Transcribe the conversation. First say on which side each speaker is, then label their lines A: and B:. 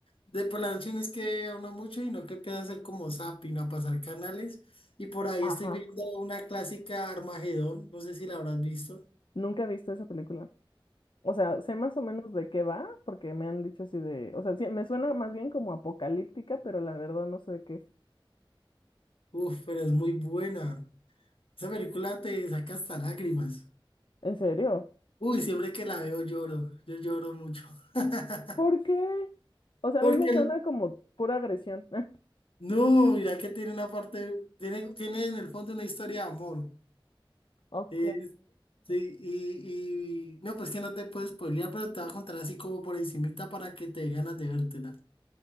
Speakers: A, on the left; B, on the left.
A: de por la noche no es que uno mucho y no que pueda hacer como zapping a pasar canales. Y por ahí
B: ajá.
A: estoy viendo una clásica Armagedón, no sé si la habrás visto.
B: Nunca he visto esa película. O sea, sé más o menos de qué va, porque me han dicho así de, o sea, sí, me suena más bien como apocalíptica, pero la verdad no sé de qué es.
A: Uf, pero es muy buena. Esa película te saca hasta lágrimas.
B: ¿En serio?
A: Uy, siempre que la veo lloro. Yo lloro mucho. <laughs>
B: ¿Por qué? O sea,
A: Porque
B: a mí me
A: el-
B: suena como pura agresión. <laughs>
A: No, mira que tiene una parte, tiene, tiene en el fondo una historia de amor.
B: Ok.
A: Es- sí, y, y- no, pues que no te puedes spoilear, pero te voy a contar así como por encimita para que te dé ganas de vértela.